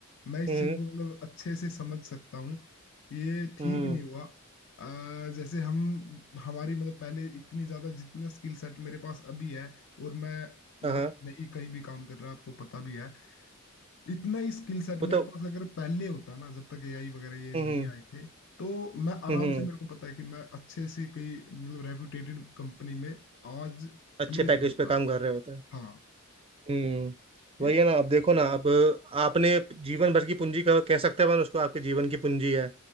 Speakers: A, on the left; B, on the right.
A: मैं इस
B: हम्म
A: चीज को मतलब अच्छे से समझ सकता हूँ ये ठीक
B: हम्म
A: नहीं हुआ अ, जैसे हम हमारी मतलब पहले इतनी ज्यादा जितना स्किल सेट मेरे पास अभी है और मैं
B: हाँ
A: मतलब
B: हाँ,
A: नहीं कहीं भी काम कर रहा आपको पता भी है इतना ही स्किल सेट
B: वो
A: मेरे
B: तो
A: पास अगर पहले होता ना जब तक एआई वगैरह ये
B: हम्म
A: नहीं आए थे तो मैं
B: हम्म
A: आराम
B: हम्म,
A: से मेरे को पता है कि मैं अच्छे से कई मतलब रेपुटेटेड कंपनी में आज
B: अच्छे
A: प्लेस्ड
B: पैकेज
A: होता
B: पे काम कर रहे होते हैं
A: हाँ
B: हम्म वही
A: ये-
B: है ना अब देखो ना अब आपने जीवन भर की पूंजी कह कह सकते हैं अपन उसको आपके जीवन की पूंजी है